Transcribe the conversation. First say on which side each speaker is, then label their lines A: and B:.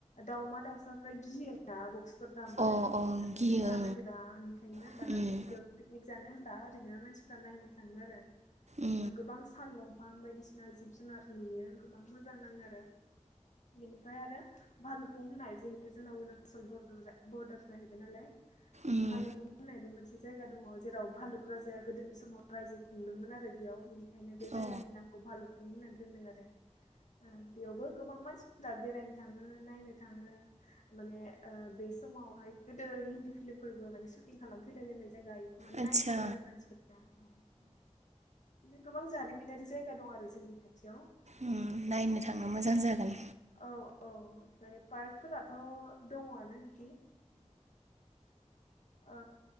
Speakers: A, on the left (about 85°); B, on the right (about 70°).
A: दाउमा दाउ साफ्रा गियोना बक्स फोर दामबाथाय
B: अ अ
A: बिसोर
B: गियो
A: थानो नागिरा बेनिखायनो
B: ओं
A: दाना बेयाव पिकनिक जानो होला ओरैनो मानसिफ्रा नायनो थाङो आरो।
B: उम
A: गोबां साल बिफां बायदिसिना जिब-जुनार नुयो गोबां मोजां नाङो आरो। बेनिफ्राय आरो भालुकफुं होननाय जिहेतु जोंना अरुणाचल बर बरदार जाहैबाय नालाय। भालुकफुं
B: उम
A: होननायबो मोनसे जायगा दङ जेराव भालुक राजाया गोदोनि समाव रायजो खुंदोंमोन आरो बेयाव बेनिखायनो बे जायगानि
B: अ
A: नामखौ भालुकफुं होननानै दोनदों आरो। ओं बेयावबो गोबां मानसिफोरा बेरायनो थाङो, नायनो थाङो माने ओ बे समावहाय गोदो हिन्दी फिल्मफोरबो माने सुटिं खालामफैलाय लायनाय जायगा बेखौ माने
B: आदसा
A: नायनो थाङो आरो मानसिफोरा। औ बिदिनो गोबां जारिमिनारि जायगा दं आरो जोंनि खाथियाव।
B: उम नायनो
A: बिदिनो
B: थांनो मोजां जागोन
A: औ औ ओमफ्राय पार्कफोराथ' दङआनो बिदि ओ